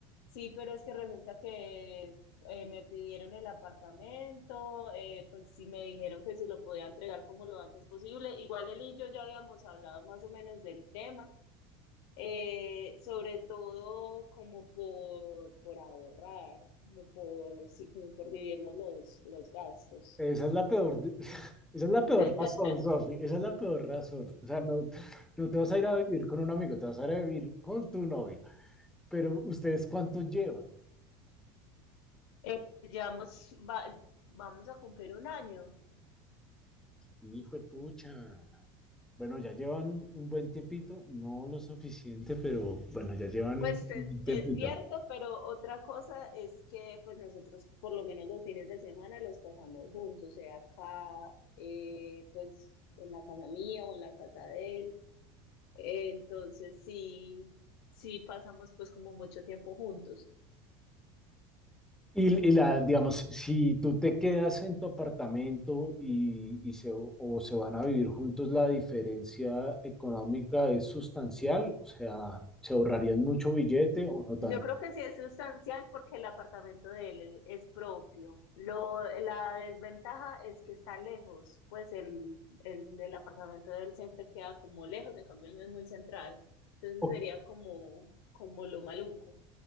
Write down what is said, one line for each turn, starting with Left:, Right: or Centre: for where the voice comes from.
Left: Sí, pero es que resulta que eh, me pidieron el apartamento, eh, pues sí me dijeron que si lo podía entregar como lo antes posible. Igual él y yo ya habíamos hablado más o menos del tema, eh, sobre todo como por, por ahorrar, como por, sí, como por dividirnos los, los gastos.
Centre: esa es la peor, de- <laughs> esa es la peor
Left: <laughs>
Centre: razón, Sofi, esa es la peor razón. O sea, no, no te vas a ir a vivir con un amigo, te vas a ir a vivir con tu novio. Pero, ¿ustedes cuánto llevan?
Left: Eh, llevamos, va- vamos a cumplir un año.
Centre: Hijo de pucha. Bueno, ya llevan un buen tiempito, no lo suficiente, pero bueno, ya llevan
Left: Pues
Centre: un buen
Left: es,
Centre: tiempito.
Left: es cierto, pero otra cosa es que pues nosotros por lo menos los fines de semana los pasamos juntos, sea acá, eh, pues en la casa mía o en la casa de él. Entonces sí, sí pasamos pues como mucho tiempo juntos.
Centre: Y, y la, digamos, si tú te quedas en tu apartamento y, y se, o se van a vivir juntos, la diferencia económica es sustancial, o sea, se ahorrarían mucho billete o no tanto.
Left: Yo creo que sí es sustancial porque el apartamento de él e-, es propio. Lo, la desventaja es que está lejos, pues el, el, el apartamento de él siempre queda como lejos, en cambio el mío es muy central. Entonces
Centre: Ok.
Left: sería como, como lo maluco,